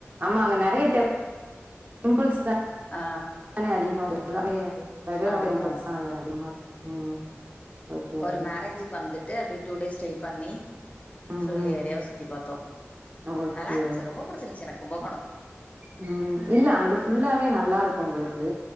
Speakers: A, on the right; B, on the left.
A: ஆமா அங்க டெம் பிள்ஸ்லா
B: ஆ
A: லா அதிகமாவே ஃபுல்லாவே கிரக
B: ஆமா.
A: டெம்பிள்ஸ் தா அத அதிகமா இருக்கு ம் ஓகே
B: ஒரு
A: ஓகே
B: மேரேஜுக்கு வந்துட்டு அப்டியே ட்உ டேஸ் ஸ்டே பண்ணி
A: ம்
B: ஃபுல்
A: ம்
B: ஏரியாவு சுத்தி பாத்தோ
A: ஓகே
B: நல்லா இருந்துச்சு
A: ஓகே
B: ரொம்ப புடிச்சிருந்துச்சு எனக் புடிச்சிருந்துச்சு கும்பகோணம்
A: ம் இல்ல அங்கிட்டு ஃபுல்லாவே நல்லா இருக்குன் உங்களுக்கு